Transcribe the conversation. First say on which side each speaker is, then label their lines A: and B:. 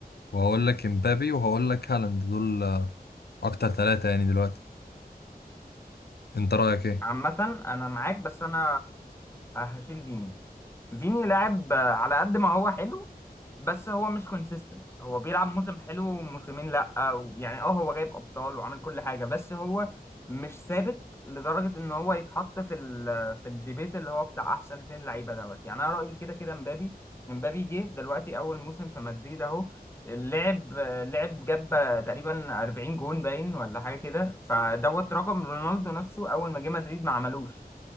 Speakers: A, on the left; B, on the left.
A: وهقول لك امبابي وهقول لك هالاند دول آه، اكتر ثلاثة يعني دلوقتي انت رأيك ايه
B: عامة أنا معاك بس أنا هشيل فيني فيني لاعب على قد ما هو حلو بس هو مش كونسيستنت هو بيلعب موسم حلو وموسمين لا أو يعني اه هو جايب ابطال وعامل كل حاجه بس هو مش ثابت لدرجه ان هو يتحط في ال في الديبيت اللي هو بتاع احسن اتنين لعيبه دوت يعني انا رايي كده كده مبابي مبابي جه دلوقتي اول موسم في مدريد اهو لعب لعب جاب تقريبا 40 جون باين ولا حاجه كده فدوت رقم رونالدو نفسه اول ما جه مدريد ما عملوش